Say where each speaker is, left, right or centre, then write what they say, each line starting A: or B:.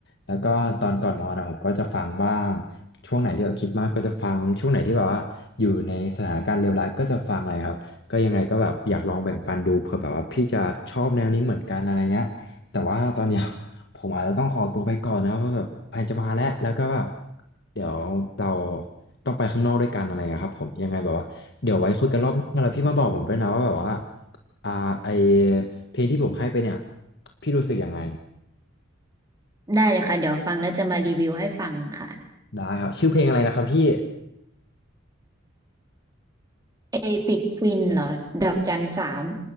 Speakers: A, on the left; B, on the right.
A: แล้วก็ตอนก่อนนอนนะผมก็จะฟังบ้าง ช่วงไหนที่แบบคิดมากก็จะฟังช่วงไหนที่แบบว่าอยู่ในสถานการณ์เลวร้ายก็จะฟังอะไรครับ ก็ยังไงก็แบบอยากลองแบ่งปันดูเผื่อแบบว่าพี่จะชอบแนวนี้เหมือนกันอะไรเงี้ยแต่ว่าตอนเนี้ย <laughs> ผมอาจจะต้องขอตัวไปก่อนนะครับเพราะแบบแฟนจะมาแล้วแล้วก็แบบเดี๋ยวเราต้องไปข้างนอกด้วยกันอะไรเงี้ยครับผมยังไงแบบว่าเดี๋ยวไว้คุยกันรอบหน้าแล้วพี่มาบอกผมด้วยนะว่าแบบว่าอ่าไอเพลงที่ผมให้ไปเนี่ยพี่รู้สึกยังไง
B: ได้เลยค่ะเดี๋ยวฟังแล้วจะมารีวิวให้ฟังค่ะ
A: ได้ครับชื่อเพลงอะไรนะครับพี่
B: เอพิกควินเหรอดอกจันสาม